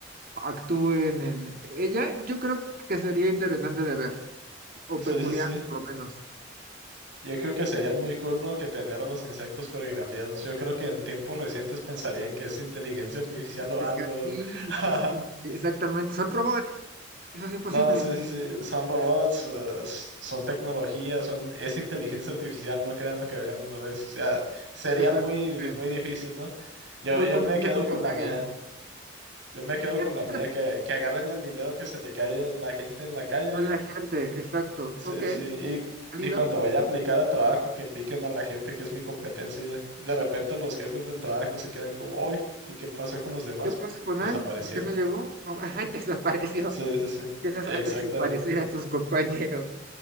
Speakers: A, on the right (about 50°); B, on the right (about 75°).
A: actúen en ella, yo creo que sería interesante de ver, o
B: Sí,
A: peculiar
B: sí, sí.
A: por lo menos.
B: Yo creo que sería muy cool, ¿no? Que tener a los insectos coreografiados. Yo creo que en tiempos recientes pensarían que es inteligencia artificial
A: Artificial,
B: o algo.
A: Sí, muchísimo.
B: <laughs> ¿no?
A: Exactamente, son robots, eso es imposible.
B: No, sí, sí, sí, son robots, eh, s- son tecnologías, son, es inteligencia artificial, no crean lo que vean en las redes sociales. Sería
A: Exactamente,
B: muy, muy difícil, ¿no? Yo,
A: muy
B: yo
A: complejo
B: me quedo con
A: que
B: la
A: caigan.
B: mía, yo me quedo
A: <laughs>
B: con la mía, que, que agarren el dinero que se le cae a la gente en la calle
A: A la gente, exacto.
B: Sí,
A: Ok,
B: sí. Y,
A: válido.
B: y cuando vaya a aplicar a trabajo, que piquen a la gente que es mi competencia. De repente los jefes del trabajo se quedan como, hoy, ¿y qué pasó con los demás?
A: ¿Qué pasa con
B: Desaparecieron.
A: él? ¿Por qué no llegó? Oh, <laughs> ajá, desapareció.
B: Sí, sí, sí.
A: Empiezas
B: Exactamente.
A: a desaparecer a tus compañeros.